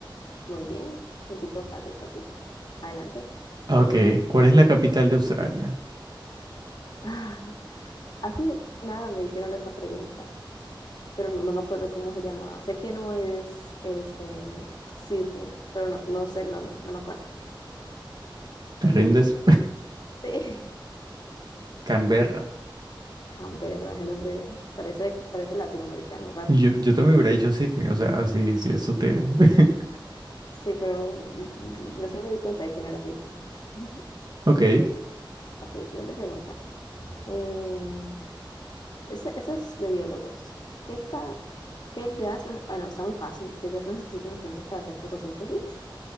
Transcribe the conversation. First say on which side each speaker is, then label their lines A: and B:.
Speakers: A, on the left; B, on the right.
A: Muy bien, un tico fácil para ti. Adelante.
B: Ok, ¿cuál es la capital de Australia?
A: <laughs> Ay, así de nada me hicieron esa pregunta. pero no, no me acuerdo cómo se llamaba. Sé que no es este, Sydney, pero no, no sé el nombre, no me acuerdo.
B: ¿Te rindes?
A: Sí,
B: Canberra.
A: <laughs> Canberra, el nombre parece, parece latinoamericano, raro.
B: Yo, yo también hubiera dicho Sydney, o sea, sí, sí, eso te... <laughs>
A: Sí, pero recién me di cuenta de que no era Sydney. <laughs>
B: Ok,
A: Ok, siguiente pregunta. Eh, esa, esa es de biólogos. ¿Qué, ta- qué gas? ne- Bueno, está muy fácil. ¿Qué gas necesitan las plantas para hacer fotosíntesis?